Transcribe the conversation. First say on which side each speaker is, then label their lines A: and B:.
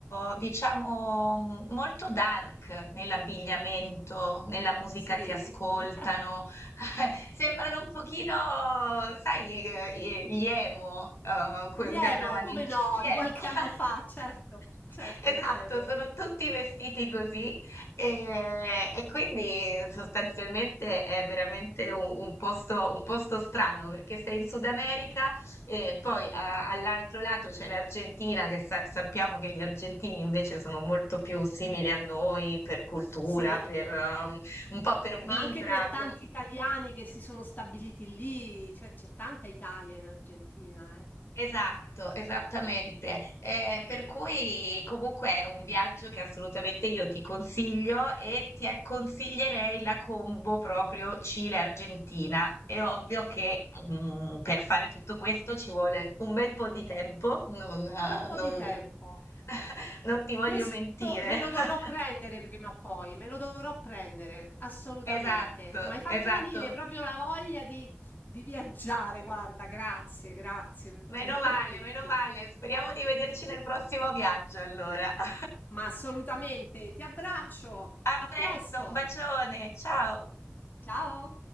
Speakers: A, on the left; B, on the left.
A: eh, diciamo, m- molto dark nell'abbigliamento, nella musica
B: Sì?
A: che ascoltano,
B: <laughs>
A: <laughs> sembrano un pochino, sai, eh, gli emo, eh, quelli
B: Gli Emo,
A: che andavano
B: come
A: in gi-
B: no,
A: gli
B: di
A: emo.
B: qualche
A: <laughs>
B: anno fa, certo, certo,
A: Esatto,
B: gli Emo.
A: sono tutti vestiti così e, e quindi sostanzialmente è veramente un, un posto, un posto strano perché sei in Sud America e poi a- all'altro lato c'è l'Argentina che sa- sappiamo che gli argentini invece sono molto più simili a noi per cultura,
B: Sì,
A: per, um, un po' per
B: ma
A: vibra.
B: anche per tanti italiani che si sono stabiliti lì, cioè c'è tanta Italia in Argentina, eh.
A: Esatto, esattamente. Eh, per cui comunque è un viaggio che assolutamente io ti consiglio e ti eh, consiglierei la combo proprio Cile-Argentina. È ovvio che mm, per fare tutto questo ci vuole un bel po' di tempo, non, eh,
B: Un bel po'
A: non-
B: di tempo.
A: <laughs> non ti voglio
B: Questo
A: mentire.
B: me lo
A: <laughs>
B: dovrò prendere prima o poi, me lo dovrò prendere, assolutamente.
A: Esatto,
B: Mi hai fatto
A: esatto.
B: venire proprio la voglia di, di viaggiare, guarda, grazie, grazie,
A: Meno
B: <laughs> veramente.
A: male, meno male. Speriamo di vederci nel prossimo viaggio allora. <laughs>
B: Ma assolutamente, ti abbraccio,
A: A
B: a
A: presto,
B: presto.
A: un bacione, ciao!
B: Ciao!